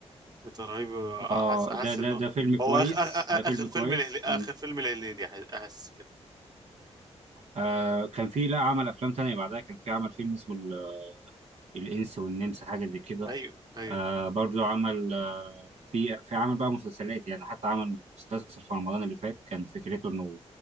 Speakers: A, on the right; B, on the right.
A: ده رهيب احس
B: آه
A: احس
B: ده ده
A: انه
B: ده فيلم كويس
A: هو آخ... آخ... آخ...
B: ده فيلم
A: اخر فيلم
B: كويس
A: الهلي... اخر فيلم الهليدي أح- احس كده
B: آه كان في لا عمل افلام تانية بعدها كان في عمل فيلم اسمه ال- الانس والنمس حاجه زي كده
A: ايوه ايوه
B: آه برضو عمل آه في في عمل بقى مسلسلات يعني حتى عمل مسلسل في رمضان اللي فات كان فكرته انه